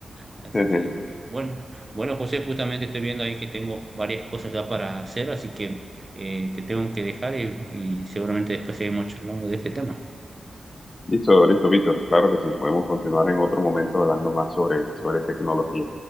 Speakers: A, on the right; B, on the left.
A: Así
B: <laughs>
A: que, bueno, bueno, José, justamente estoy viendo ahí que tengo varias cosas ya para hacer, así que eh, te tengo que dejar y, y seguramente después seguimos charlando de este tema.
B: Listo, listo, Víctor. Claro que sí. Podemos continuar en otro momento hablando más sobre, sobre tecnología.